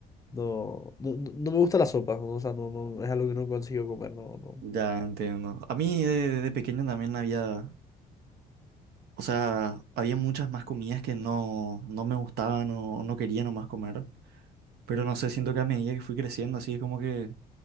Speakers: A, on the left; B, on the right.
A: no, no, no- no me gusta la sopa, ¿no? O sea, no, no, es algo que no consigo comer, no, no.
B: Ya entiendo. A mí de, de pequeño también había, o sea, había muchas más comidas que no, no me gustaban o, o no quería nomás comer. Pero no sé, siento que a medida que fui creciendo, así es como que